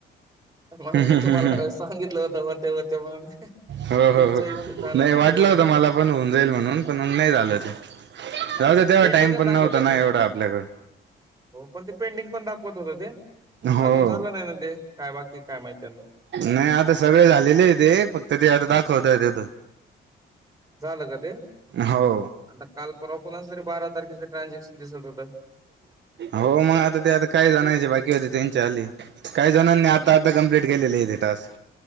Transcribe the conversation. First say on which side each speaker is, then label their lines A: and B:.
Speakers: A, on the right; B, on the right.
A: म मी
B: हम्म,
A: तुम्हाला
B: हम्म, हम्म.
A: सांगितलं होत व्हतय व्हतय म्हणून.
B: हो
A: तुमचं
B: हो हो,
A: इथ झालं
B: नाही
A: माझं
B: वाटलं
A: झालं
B: होत मला पण होऊन जाईल म्हणून पण नाही
A: हम्म
B: झालं. जाऊदे
A: पण ते
B: तेव्हा
A: पेंडिंगच
B: टाइम पण
A: दाखवते.
B: नव्हता ना एवढा आपल्याकडे.
A: हो ते पेंडिंग पण दाखवत होत ते.
B: हो
A: अजून झालं नाही ना ते? काय बाकी काय माहिती आता.
B: नाही आता सर्वे झालेले आहे ते, फक्त ते आता दाखवतय तिथं.
A: झालं का ते?
B: हो
A: आता काल परवा कुणाचं तरी बारा तारखेचं ट्रान्झॅक्शन दिसत होतं.
B: अहो म ते आता काय जणांचे बाकी होते ते आले. काही जणांनी आता आता कम्प्लीट केलेले आहे ते टास्क.